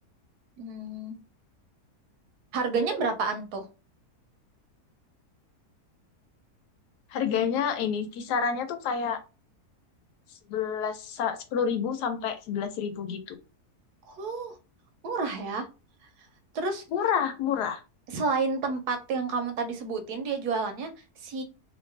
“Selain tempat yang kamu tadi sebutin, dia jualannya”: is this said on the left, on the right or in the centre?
Right